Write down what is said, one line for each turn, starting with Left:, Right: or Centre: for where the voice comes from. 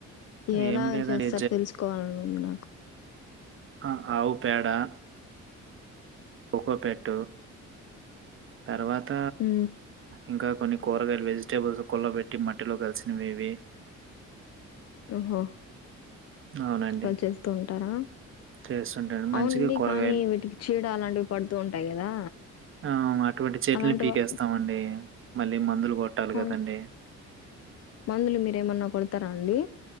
Left: ఎలా
Right: ఏమి లేదండి
Left: చేస్తారుో తెలుసుకోవాలని ఉంది నాకు
Right: ఆ ఆవు పేడా ఉకోపెట్టు తర్వాత
Left: హు
Right: ఇంకా కొన్ని కూరగాయలు వెజిటేబుల్స్ కుల్లబెట్టి మట్టిలో కలిసినవివి
Left: ఓహో
Right: అవునండి
Left: అలా చేస్తూ ఉంటారా
Right: చేస్తుంటాడి మంచిగా
Left: అవునండి
Right: కూరగాయలు
Left: కానీ వీటికి చీడ అలాంటివి పడుతూ ఉంటాయి కదా
Right: ఆ అటువంటి చెట్లని
Left: అలాంటివా
Right: పీకేస్తామండి మళ్ళీ మందులు కొట్టాలి
Left: అవునా
Right: కదండి
Left: మందులు మీరేమన్నా కొడతారా అండి